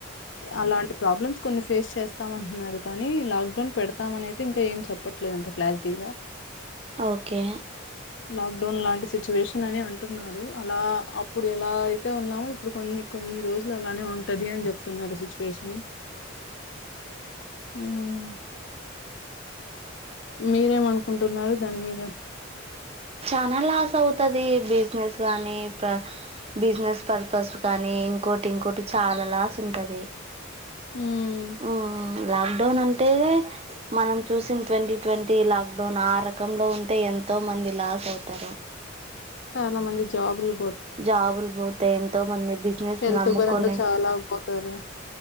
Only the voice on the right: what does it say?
ఓకే
చాలా లాస్ అవుతది బిజినెస్ గానీ ప్ర బిజినెస్ పర్పస్ కానీ ఇంకోటి ఇంకోటి చాలా లాస్ ఉంటది
ఉ లాక్ లాక్ డౌన్ అంటే మనం చూసిన ట్వంటీ ట్వంటీ లాక్ డౌన్ ఆ రకంలో ఉంటే ఎంతో మంది లాస్ తారు
జాబులు పోతే ఎంతో మంది బిజినెస్
నమ్ముకొని